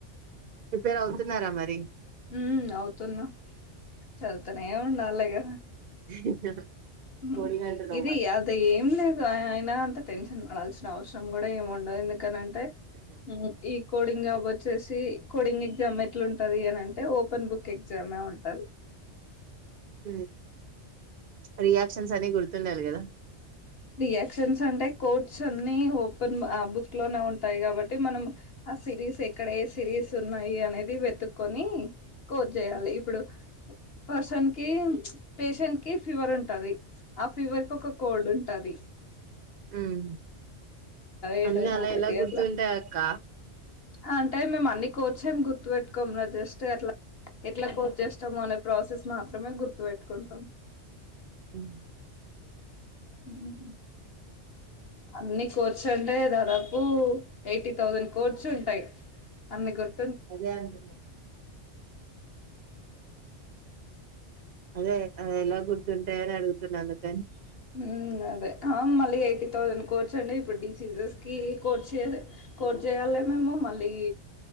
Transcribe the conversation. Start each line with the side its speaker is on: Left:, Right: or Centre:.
Right: ప్రిపేర్ అవుతున్నారా మరీ
Left: హ్మ్ అవుతున్నా చదుతనేవుండల్లెగా ఆ
Right: <inaudible>
Left: హ్మ్
Right: కోడిగా అంటున్నావు
Left: ఇది
Right: మరి
Left: అది ఏం లేద్ అయిన అంత టెన్షన్ పడాల్సిన అవసరం కూడా ఏమి ఉండదు ఎందుకనం అ టే ఈ కోడింగ్ వచ్చేసి కోడింగ్ ఎగ్జామ్ ఎట్లుంటది అని అంటే ఓపెన్ బుక్ ఎగ్జామే ఉంటంది.
Right: హ్మ్ రియా క్షన్స్ అని గుర్తుండాలి కదా
Left: రియాక్షన్స్ అంటే కోర్ట్స్ అన్నీ ఓపెన్ ఆ బుక్ క్లోనే ఉంటాయి కాబట్టి మనం ఆ సిరీస్ ఎక్కడ ఏ సిరీస్ ఉన్నాయి అనేది వెతుక్కొని కోచ్ చేయాలి. ఇప్పుడు పర్సన్ కి ప్చ్ పేషెంట్ కి ఫీవర్ ఉంటాది. ఆ ఫీవర్ కి ఒక కోడ్ ఉం <unintelligible>
Right: హ్మ్
Left: ఏదైనా
Right: అందు ఎలా
Left: ఒకటి
Right: ఎలా గుర్తు
Left: అట్లా
Right: ఉంటయక్క
Left: అంటే మేము అన్ని కోచ్ ఏం గుర్తు పెట్టుకోము రా జస్ట్ అట్లా ఎట్ల కోచ్ చేస్తాము అనే ప్రాసెస్ మాత్రమే గుర్తు పెట్టుకుంటాం.
Right: హ్మ్
Left: హ్మ్ అన్నీ కోర్చ్ అంటే దాదాపు ఎయిటీ థౌసండ్ కోర్చ్ ఉంటాయ్ అన్ని గుర్
Right: అదే అంటున్నా అదే అదెలా గుర్తుం తెర అడుగుతున్నాను తె
Left: హ్మ్ అదే ఆ మళ్ళీ ఎయిటీ థౌసండ్ కోర్చండి ఇప్పుడు డిసీసెస్ కి కోర్చ్ కోర్ట్ చేయాలే మేము మళ్ళీ